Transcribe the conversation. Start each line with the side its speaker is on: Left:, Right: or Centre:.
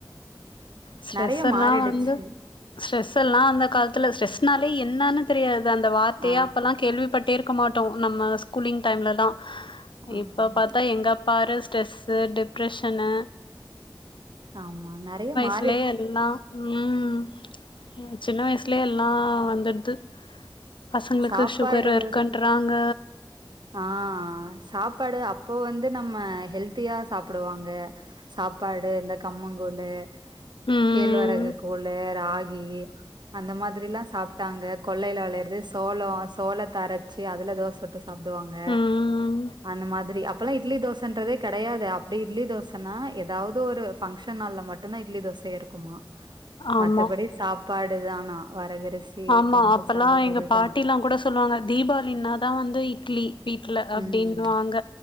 Left: ஸ்ட்ரெஸ்
Right: நெறைய
Left: எல்லா
Right: மாறிடுச்சு
Left: வந்து ஸ்ட்ரெஸ் எல்லா அந்த காலத்துல ஸ்டரெஸ்னாலே என்னன்னு தெரியாது அந்த வார்த்தையா
Right: ஆ
Left: அப்பல்லா கேள்விப்பட்டே இரு இருக்க மாட்டோ நம்ம ஸ்கூலிங் டைம்லல்லா
Right: ஆமா
Left: இப்ப பாத்தா எங்கப்பாரு ஸ்ட்ரெஸ்ஸு டிப்ரெஷன்னு
Right: ஆமா நெறய மா
Left: சுலே எல்லா ம் சின்ன வயசுலயே எல்லா வந்துடுது பசங்களுக்கு
Right: சாப்பாடு
Left: சுகர் இருக்குன்றாங்க
Right: ஆ சாப்பாடு அப்போ வந்து நம்ம ஹெல்த்தியா சாப்பிடுவாங்க சாப்பாடு இந்த கம்மங்கூலு
Left: ம்
Right: கேழ்வரகு கூலு ராகி அந்த மாதிரிலா சாப்பிட்டாங்க கொள்ளையில விளையறது சோளோ சோளத்தரைச்சி அதுல தோச சுட்டு சாப்பிடுவாங்க
Left: ம்
Right: அந்த மாதிரி அப் ப லாம் இட்லி தோசன்றதே கெடயாது அப்டி இட்லி தோசன்னா ஏதாவது ஒரு ஃபங்க்ஷன் ஹால்ல மட் டு்ந்தா இட்லி தோசை இருக்குமா
Left: ஆமா
Right: மத்தபடி சாப்பாடு தானா வரகரிசி
Left: ஆமா
Right: கம்பு
Left: அப்பல்லா
Right: சாத
Left: எங்க
Right: இதுதா
Left: பாட்டிலா கூட சொல்லுவாங்க தீபாவளினாதா வந்து இட்லி வீட்டு்ல அப்படின்னு
Right: ம்.
Left: வாங்க